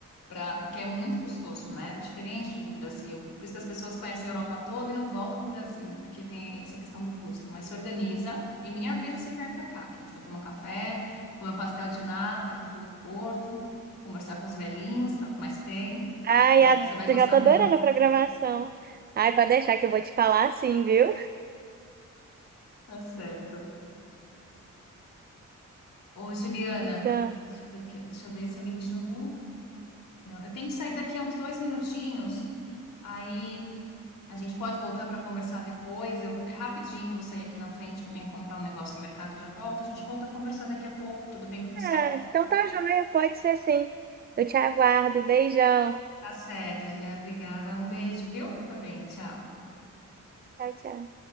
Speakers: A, on the left; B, on the right.
A: Pra, porque é muito custoso, né? Diferente do Brasil. Por isso que as pessoas conhecem a Europa toda e não voltam para o Brasil, porque tem essa questão do custo. Mas se organiza e me avisa se vier para cá, que a gente vai tomar um café, comer um pastel de nata aqui pelo Porto, conversar com os velhinhos, que é o que mais tem.
B: Ai,
A: Você vai,
B: a-
A: você vai gostar
B: eu já tô adorando
A: muito.
B: a programação. Ai, pode deixar que eu vou te falar sim, viu?
A: Tá certo. Ô, Juliana,
B: Então,
A: deixa eu ver, aqui- deixa eu ver se alguém me chamou. Não, eu tenho que sair daqui a uns dois minutinhos. Aí. A gente pode voltar para conversar depois. Eu- é rapidinho, vou sair aqui na frente que eu tenho que comprar um negócio no mercado, eu já volto. A gente volta a conversar daqui a pouco. Tudo bem para você?
B: ah, então tá joia, pode ser sim. Eu te aguardo. Beijão.
A: Tá certo, Juliana. Obrigada. Um beijo, viu? Fica bem. Tchau.
B: Tchau, tchau.